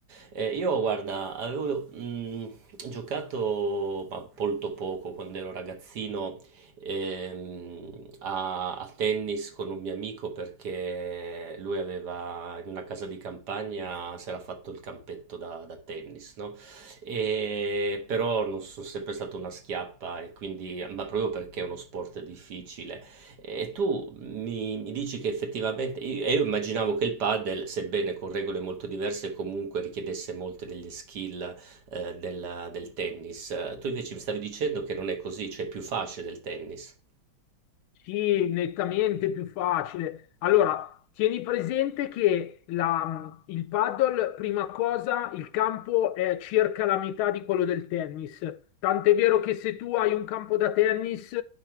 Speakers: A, on the right; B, on the left.
A: Eh, io, guarda, avevo mh, giocato ma molto poco quando ero ragazzino ehm, a, a tennis con un mio amico perché lui aveva in una casa di campagna si era fatto il campetto da, da tennis, no? E, però non sono sempre stata una schiappa, e quindi, ma proprio perché è uno sport difficile. E tu mi, mi dici che effettivamente, io, e io immaginavo che il padel, sebbene con regole molto diverse, comunque richiedesse molte delle skill eh, della- del tennis. Tu invece mi stavi dicendo che non è così, cioè è più facile del tennis.
B: Sì, nettamente più facile. Allora, tieni presente che la- il paddle, prima cosa, il campo è circa la metà di quello del tennis. Tant'è vero che se tu hai un campo da tennis,